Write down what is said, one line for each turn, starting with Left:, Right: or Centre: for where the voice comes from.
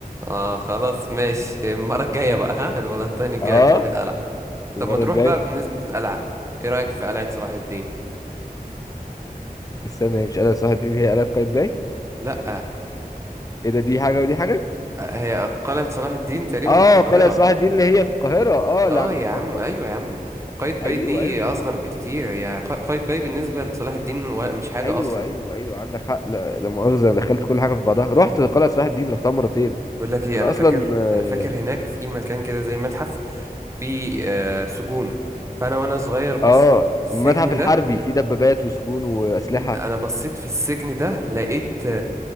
Right: اه خلاص ماشي المرة الجاية بقى ها الفالنتين الجاية
Left: اه
Right: تروح القلعة
Left: المرة
Right: طب ما تروح
Left: الجاية
Right: بقى بالنسبة للقلعة ايه رأيك في قلعة صلاح الدين
Left: استنى هي مش قلعة صلاح الدين هي قلعة قايتباي
Right: لأ
Left: ايه ده دي حاجة ودي حاجة
Right: هي قلعة صلاح الدين تقريبا
Left: اه
Right: في
Left: قلعة
Right: القاهرة
Left: صلاح الدين اللي هي في القاهرة اه اللي
Right: اه
Left: عند
Right: يا
Left: المقطم
Right: عم ايوه يا عم قايتباي
Left: ايوه
Right: دي
Left: ايوه
Right: اصغر بكتير هي قا- قايتباي بالنسبة لصلاح الدين و- مش حاجة
Left: ايوه
Right: اصلا
Left: ايوه ايوه عندك حق لا لا مؤاخذة أنا دخلت كل حاجة في بعضها رحت قلعة صلاح الدين رحتها مرتين
Right: بقول لك ايه
Left: انا
Right: انا فاكر
Left: اصلا اه
Right: انا فاكر هناك في مكان كده زي متحف في آه سجون فانا وانا صغير بصيت
Left: آه،
Right: في السجن
Left: المتحف الحربي
Right: ده
Left: فيه دبابات وسجون واسلحة
Right: ل- انا بصيت في السجن ده لقيت